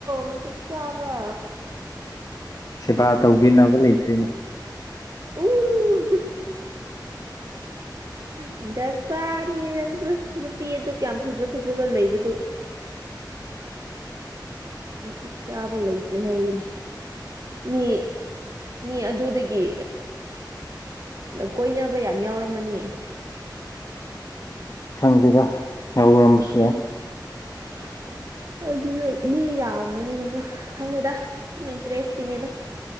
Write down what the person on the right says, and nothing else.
ꯃꯛ ꯆꯥꯕ
ꯑꯣ ꯗ ꯆꯥꯔꯤꯌꯦ ꯅꯪꯁꯨ ꯅꯨꯄꯤ ꯑꯗꯨ ꯀꯌꯥꯝ ꯐꯖꯕ ꯐꯖꯕ ꯂꯩꯕꯗꯨ ꯃꯇꯤꯛ ꯆꯥꯕ ꯂꯩꯇꯦ ꯍꯅꯦ ꯃꯤ ꯃꯤ ꯑꯗꯨꯗꯒꯤ ꯑ ꯀꯣꯏꯅꯕ ꯌꯥꯝ ꯌꯥꯎꯔꯝꯃꯅꯤ
<unintelligible> ꯑꯗꯨ ꯃꯤ ꯌꯥꯝꯕꯅꯤꯅꯀꯣ ꯈꯪꯗꯦꯗ ꯁꯨꯝ ꯏꯟꯇꯔꯦꯁꯀꯤꯅꯦꯗ